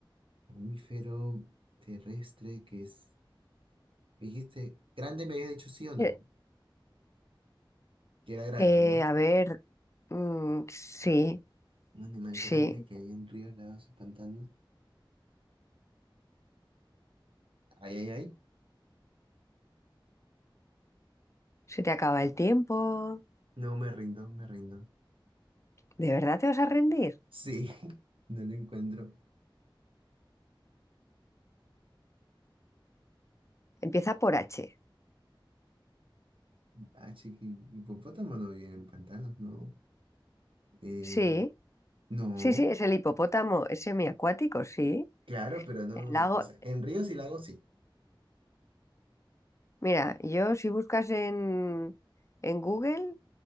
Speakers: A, on the right (about 80°); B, on the left (about 35°).
A: mamífero terrestre, que es... Dijiste, grande me habías dicho sí o no,
B: Eh,
A: que era grande,
B: eh,
A: ¿no?
B: a ver, mm, sí,
A: Un animal
B: sí,
A: grande que hay en ríos, lagos, pantanos. Ay, ay, ay.
B: se te acaba el tiempo.
A: No me rindo, me rindo.
B: ¿De verdad te vas a rendir?
A: Sí, <laughs> no lo encuentro.
B: Empieza por H.
A: Ah, chiqui, hipopótamo no vive en pantanos, ¿no? Eh,
B: Sí.
A: no,
B: Sí, sí, es el hipopótamo, es semiacuático, sí.
A: claro, pero no.
B: El lago.
A: O sea, en ríos y lagos sí.
B: Mira, yo si buscas en, en Google,